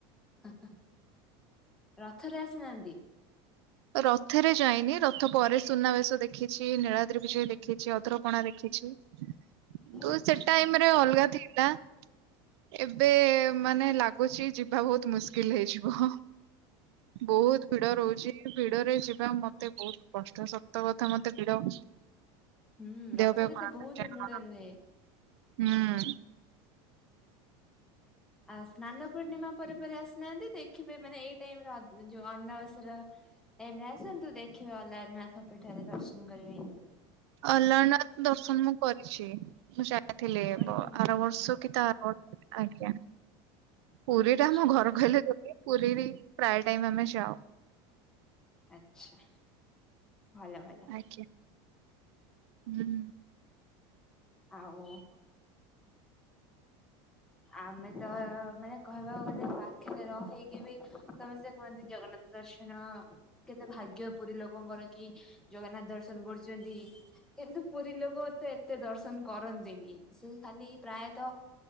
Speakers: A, in the centre; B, on the right.
A: ହାଁ ହାଁ, ରଥରେ ଆସିନାହାନ୍ତି?
B: ରଥରେ ଯାଇନି, ରଥ ପରେ ସୁନାବେଶ ଦେଖିଛି, ନୀଳାଦ୍ରି ବିଜେ ଦେଖ ଦେଖିଚି ଅଦ୍ରପଣା ଦେଖିଚି, କିନ୍ତୁ
A: ଆଚ୍ଛା
B: ସେ ଟାଇମରେ ଅଲଗା ଥିଲା। ଏବେ ମାନେ ଲାଗୁଚି, ଯିବା ବହୁତ ମୁସ୍କିଲ ମୁସ୍କିଲି ହେଇଯିବ, ବହୁତ୍ ଭିଡ ରହୁଚି। ଭିଡରେ ଯିବା ମତେ ବହୁତ କଷ୍ଟ, ସତ କଥା ମତେ ଭିଡ
A: ହୁଁ,
B: ଦେହ
A: ରଥରେ
B: ଫେହ ଖରାପ
A: ତ ବହୁତ
B: ହେଇଯାଏ।
A: ହି ଭିଡ ରୁହେ।
B: ହୁଁ।
A: ଆଉ ସ୍ନାନ ପୂର୍ଣ୍ଣିମା ପରେ ପରେ ଆସିନାହାନ୍ତି, ଦେଖିବେ ମାନେ ଏଇ ଟାଇମ ର ଅଧ ଯୋଉ ଅନ୍ନାବସର ଟାଇମ ରେ ଆସନ୍ତୁ, ଦେଖିବେ ଅଲାରନାଥ ପୀଠରେ ଦର୍ଶନ କରିବେ।
B: ଅଲାରନାଥ ଦର୍ଶନ ମୁଁ କରିଚି, ମୁଁ ଯାଇଥିଲି
A: କରିଛନ୍ତି
B: କି ତା ଆର ବର୍ଷ, କି ତା ଆଜ୍ଞା, ପୁରୀ
A: ଆଚ୍ଛା
B: ରେ ଆମ ଘର କହିଲେ ଗୋ ପୁରୀ ବି, ପ୍ରାୟ ଟାଇମ୍ ଆମେ ଯାଉ।
A: ଆଛା, ଭଲ ଭଲ।
B: ଆାଜ୍ଞା ହୁଁ
A: ଆଉ ଆମେ ତ, ମାନେ କହିବାକୁ ଗଲେ ପାଖରେ ରହିକି ବି, ତମେ ସେ କୁହନ୍ତି ଜଗନ୍ନାଥ ଦର୍ଶନ, କେତେ ଭାଗ୍ୟ ପୁରୀ ଲୋକଙ୍କର କି ଜଗନ୍ନାଥ ଦର୍ଶନ କରୁଚନ୍ତି କିନ୍ତୁ ପୁରୀ ଲୋକ ଏତେ ଏତେ ଦର୍ଶନ ଦର୍ଶନ କରନ୍ତିନି, ସେ ଖାଲି ପ୍ରାୟତଃ